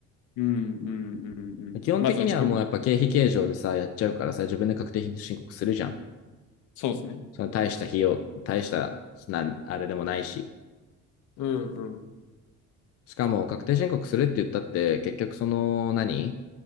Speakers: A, on the left (about 75°); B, on the left (about 50°).
A: うん、うん、うん、うん。
B: 基本的にはもうやっぱ経費計上でさ、
A: まずは自分から。
B: やっちゃうからさ、自分で確定申告するじゃん。
A: そうですね。
B: その大した費用、大したな、あれでもないし。
A: うん、うん。
B: しかも、確定申告するって言ったって、結局その何、